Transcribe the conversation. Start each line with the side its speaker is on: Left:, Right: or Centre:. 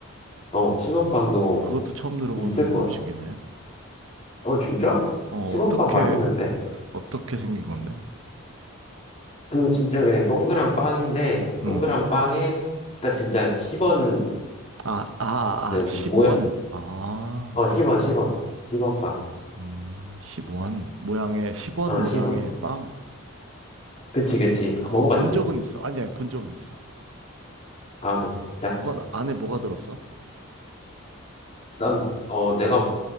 Left: 어, 시범빵도
Right: 그것도 처음 들어보는
Left: 있을걸.
Right: 음식이네.
Left: 어, 진짜?
Right: 어,
Left: 시범빵
Right: 어떻게
Left: 맛있는데?
Right: 어떻게 생긴 건데?
Left: 그 진짜 그냥 동그란 빵인데
Right: 음.
Left: 동그란 빵에 딱 진짜 10원처럼
Right: 아, 아, 아,
Left: 그
Right: 10원.
Left: 모양
Right: 아,
Left: 어 10원 10원 10원 빵.
Right: 음, 십원 모양의, 10원
Left: 어
Right: 모양의
Left: 10원.
Right: 빵.
Left: 그치 그치.
Right: 아,
Left: 먹어봤지?
Right: 본 적은 있어. 아니, 아니, 본 적은 있어.
Left: 아 그래. 자,
Right: 그건 안에 뭐가 들었어?
Left: 난 어 내가